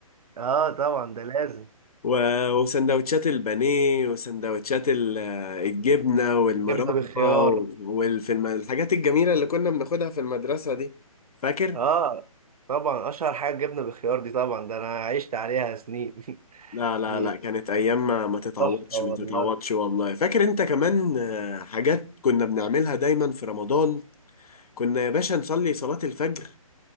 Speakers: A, on the right (about 80°); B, on the left (about 80°).
A: اه طبعا ده لازم
B: و- وسندوتشات البانيه وسندوتشات ال- الجبنة والمربى
A: جبنه بالخيار
B: وفي الحاجات الجميلة اللي كنا بناخدها في المدرسة دي فاكر؟
A: اه طبعا اشهر حاجه الجبنه بالخيار دي طبعا ده انا عشت عليها سنين <laughs>
B: لا لا
A: دي
B: لا كانت أيام ما ما تتعوضش
A: تحفه والله
B: ما تتعوضش والله فاكر أنت كمان آه، حاجات كنا بنعملها دايما في رمضان كنا يا باشا نصلي صلاة الفجر